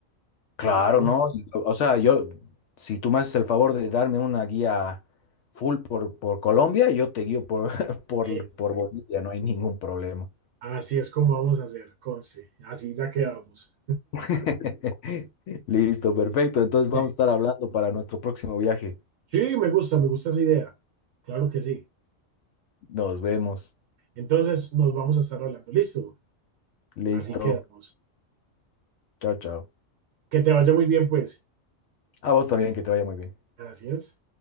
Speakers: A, on the left; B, on the right.
A: Claro,
B: Claro.
A: ¿no? Y, O sea, yo, si tú me haces el favor de darme una guía full por, por Colombia, yo te guío por, <laughs> por,
B: Eso.
A: por Bolivia, no hay ningún problema.
B: Así es como vamos a hacer, conste. Así ya quedamos.
A: <laughs> Listo, perfecto. Entonces vamos
B: Ve.
A: a estar hablando para nuestro próximo viaje.
B: Sí, me gusta, me gusta esa idea. Claro que sí.
A: Nos vemos.
B: Entonces nos vamos a estar hablando. Listo.
A: Listo.
B: Así quedamos.
A: Chao, chao.
B: Que te vaya muy bien, pues.
A: A vos también, que te vaya muy bien.
B: Gracias.